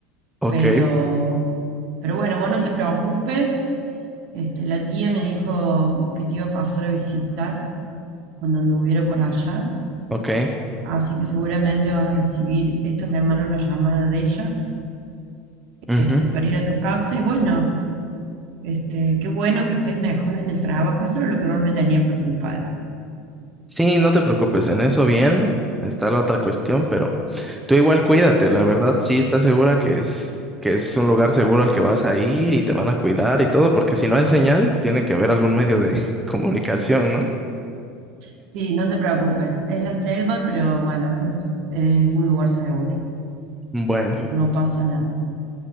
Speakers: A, in the centre; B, on the right (about 50°).
A: Ok,
B: pero, pero bueno, vos no te preocupes. Este, la tía me dijo que te iba a pasar a visitar cuando anduviera por allá,
A: ok.
B: así que seguramente vas a recibir esta semana una llamada de ella,
A: ujú.
B: este, para ir a tu casa y bueno, este, qué bueno que estés mejor en el trabajo, eso era lo que más me tenía preocupada.
A: Sí, no te preocupes, en eso bien. Está la otra cuestión, pero tú igual cuídate, la verdad, sí estás segura que es, que es un lugar seguro al que vas a ir y te van a cuidar y todo, porque si no hay señal, tiene que haber algún medio de <laughs> comunicación, ¿no?
B: Sí, no te preocupes. Es la selva, pero bueno, es, es un lugar seguro.
A: Bueno,
B: No pasa nada.